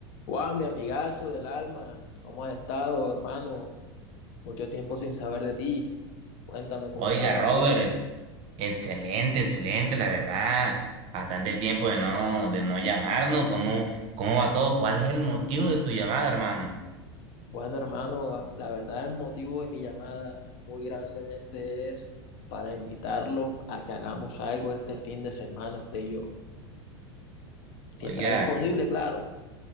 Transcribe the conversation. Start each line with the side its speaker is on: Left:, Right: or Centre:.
Left: Wow, mi amigazo del alma, ¿cómo has estado, hermano? Mucho tiempo sin saber de ti. Cuéntame cómo
Right: Oiga,
Left: está la familia.
Right: Robert, excelente, excelente, la verdad. Bastante tiempo de no, de no llamarnos. ¿Cómo, cómo va todo? ¿Cuál es el motivo de tu llamada, hermano?
Left: Bueno, hermano, la verdad el motivo de mi llamada muy grandemente es para invitarlo a que hagamos algo este fin de semana, usted y yo. Si
Right: Oiga.
Left: está disponible, claro.